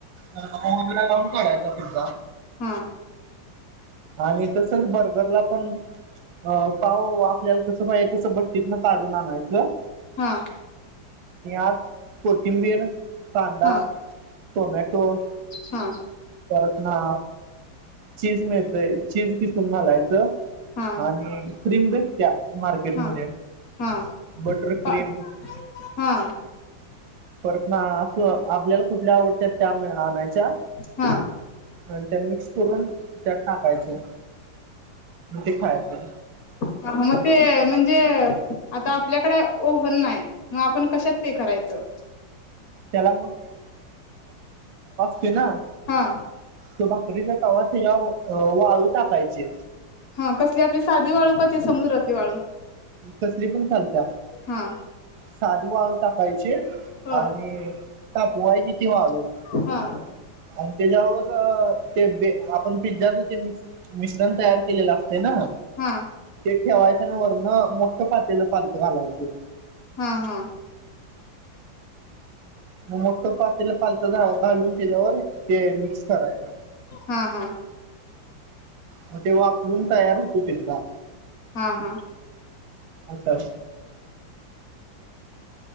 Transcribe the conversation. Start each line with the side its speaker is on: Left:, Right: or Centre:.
Right: <unintelligible> लावून काढायचा पिझ्झा
Left: हा
Right: आणि तसच बर गरला पण अ पाव आपल्याला कसं पाहिज तसं भट्टीतन काढून आणायच
Left: हा.
Right: आत कोथिंबीर कांदा,
Left: हा
Right: टोमॅटो
Left: हा
Right: परत ना चीज मिळतय चीज किसून घालायचं
Left: हा
Right: आणि क्रीम भेटत्या मार्केटमध्ये
Left: हा हा
Right: बटर क्रीम
Left: <inaudible> हा.
Right: परत ना असं आपल्याला कुठल्या आवडत्या त्यामुळे आणायच्या
Left: हा
Right: <inaudible> ते मिक्स करून त्यात टाक काय च. म ते खायच <unintelligible>
Left: हा हा म ते म्हणजे आता आपल्याकड ओव पण नाय मग आपण कशात ते करायचं
Right: त्याला के ना
Left: हा
Right: त बा तरी तवा तेच्यावर वाळू टाकायची
Left: हा कसली आपली साधी वाळू का त समुद्रातली वाळू
Right: कसली पण चालत्या
Left: हा
Right: साधी वाळ टाक यची
Left: हा
Right: आणि तापवायची ती वाळू
Left: हा
Right: आणि तेज्यावर ते बे आपण पिझ्झाच ते मिक्स मिश्रण तयार केलेल असतय न
Left: हा
Right: ते ठेवायच आणि वरण मोठं पातेल पालत घालायच
Left: हा हा
Right: <unintelligible> <inaudible> ते पातेला पालत घा घालून केल्यावर ते मिक्स करायच
Left: हा हा
Right: मग ते वाफवून तयार होतोय पिझ्झा
Left: हा हा
Right: असल